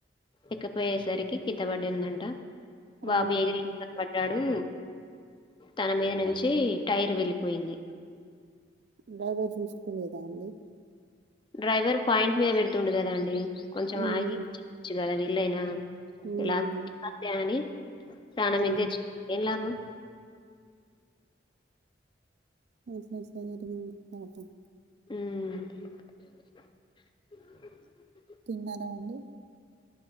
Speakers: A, on the left; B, on the right.
A: ఎకపోయేసరికి కింద పడిందట
B: అయ్యో
A: బాబు ఎగరి
B: పాపం
A: కింద పడ్డాడు తన మీద నుంచి టైర్ వెళ్ళిపోయింది
B: డ్రైవర్ చూసుకోలేదా అండి
A: డ్రైవర్ పాయింట్ మీద పెడుతుండె కదాండి కొంచెం
B: ఉమ్
A: ఆగియచ్చు కదా వీళ్ళైనా
B: ఉమ్
A: ఇలా అని ప్రాణం
B: అవును
A: మీదకు తెచ్చు ఏం లాభం
B: అట్ల ఎట్ల జరిగింది పాపం
A: ఉమ్
B: తిన్నారా అండి